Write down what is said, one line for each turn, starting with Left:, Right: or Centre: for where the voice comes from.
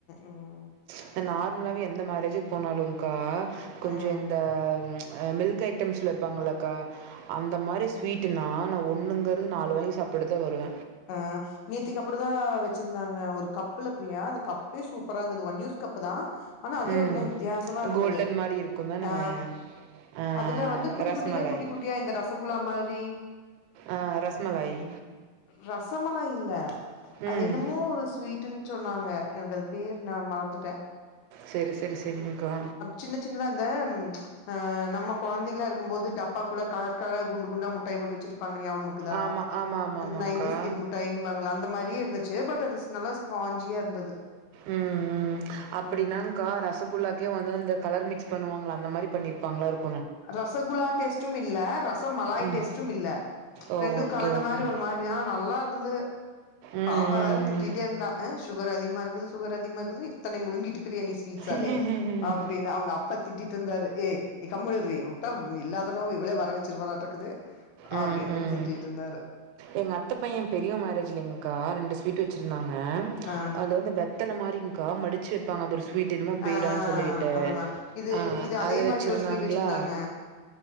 Left: ம்
Right: இந்த நார்மலாவவே எந்த மேரேஜுக்கு போனாலும் கா கொஞ்சோ
Left: ம்
Right: இந்த மில்க் ஐட் டம்ஸ்ல வெப்பாங்களக்கா அந்த மாரி ஸ்வீட்டுனா நா ஒன்னுங்கிறது நாலு வாங்கி சாப்ட்டுட்டு தா வருவ
Left: ஆ நேத்திக்கு அப்புடி தா வெச்சிருந்தாங்க ஒரு கப்புல பிரியா அந்த கப்பே சூப்பரா இருந்தது ஒன் யூஸ் கப்பு தா ஆனா அதே
Right: ம்.
Left: ஒரும வித்தியாசமா இருந்தது
Right: கோல்டன் மாரி இருக்கும் தானங்க.
Left: ஆ
Right: ஆ
Left: அதுல வந்து குட்டி
Right: ரஸ்மலாய்.
Left: குட்டியே குட்டி குட்டியா இந்த ரசகுல்லா மாரி
Right: ஆ ரசமலாயி
Left: ரசமலாய் இல்ல அது
Right: ம்.
Left: என்னமோ ஒரு ஸ்வீட் டுன் சொன்னாங்க எனக்கு அது பேர் நா மறந்துட்ட
Right: செரி செரி செரிங்க்கா
Left: சின்ன சின்னதா அந்த ஆ நம்ம கொழந்தைய்லா இருக்கும் போது டப்பாக்குள்ள கலர் கலரா குண்டு குண்டா முட்டாய் போட்டு வச்சிருப் பாங்க ஞாம் இருக்குதா
Right: ஆமா, ஆமா, ஆமா,
Left: அந்த
Right: ஆமாங்க்கா.
Left: நைன்ட்டிஸ் கிட் மிட்டாய்யிங் விப்பாங்கள அந்த மாரியே இருந்துச்சு பட் அது நல்லா ஸ்பாஞ்சியா இருந்தது
Right: ம் ம் அப்படின்னா
Left: ம்
Right: கா ரசகுல்லாக்கே வந்து அந்த கலர் மிக்ஸ் பண்ணுவாங்கள அந்த மாரி பண்ணிருப்பாங்ளா இருக்
Left: ரசகுலா டேஸ்ட்டும் இல்ல ரசமலாய்
Right: ம்
Left: டேஸ்ட்டும் இல்ல
Right: ஓகே
Left: ரெண்டும் கலந்த
Right: ஓகே
Left: மாரி ஒரு மாரியா ஆனா நல்லா இருந்தது
Right: ம்
Left: பாப்பா வேற திட்டிட்டே இருந்தா ஆ சுகர் அதிகமா இருக்குது சுகர் அதிகமா இருக்குதுன்னு இத்தன முழுங்கிட்டுக்கிறியா நீ ஸ்வீட்ஸாவே
Right: ம் ம்
Left: அப்படின்னு அவங்க அப் அப்பா திட்டிட்டு இருந்தாரு ஏ கம்முனு இருடி உட்டா இல்லாத நோவ் இவளே வர வச்சிருவாறாட்றக்குது
Right: ம்
Left: அப்டின்ட்டு
Right: ம்
Left: திட்டிட்ருந்தாரு
Right: எங்க அத்த பைய பெரியவன் மேரேஜ்லைங்க்கா ரெண்டு ஸ்வீட்டு வச்சிருந்தாங்க
Left: ஆ
Right: அதுல வந்து அந்த வெத்தல மாரிங்க்கா மடிச்சு வெப்பாங்க அது ஒரு ஸ்வீட்டு என்னமோ பீடான்னு
Left: ஆ
Right: சொல்லிட்டு
Left: அததா இது
Right: ஆ
Left: இது அதே
Right: அது வச்சிருந்தாங்ளா
Left: மாரி ஒரு ஸ்வீட் வச்சிருந்தாங்க